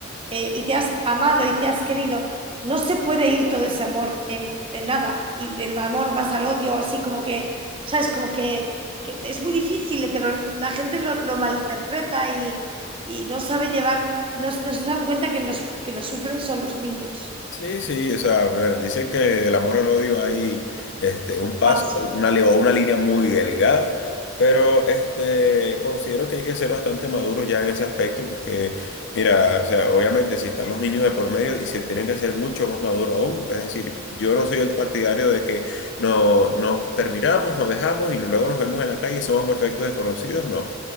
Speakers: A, on the right; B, on the left.
A: eh, y te has amado y te has querido. No se puede ir todo ese amor en, en nada. Y del amor vas al odio, así como que, ¿sabes? Como que, que es muy difícil, pero la gente lo, lo malinterpreta y, y no sabe llevar, no, no se dan cuenta que los que lo sufren son los niños.
B: Sí, sí, o sea, bueno, dicen que del amor al odio hay este, un paso,
A: Paso.
B: una, li- o una línea muy delgada, pero este, considero que hay que ser bastante maduro ya en ese aspecto, porque, mira, o sea, obviamente si están los niños de por medio y se tienen que ser mucho más maduros aún, es decir, yo no soy el partidario de que no, nos terminamos, nos dejamos y no- luego nos vemos en la calle y somos perfectos desconocidos, no.